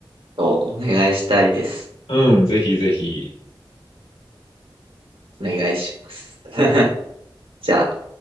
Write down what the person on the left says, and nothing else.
うん、ぜひぜひ。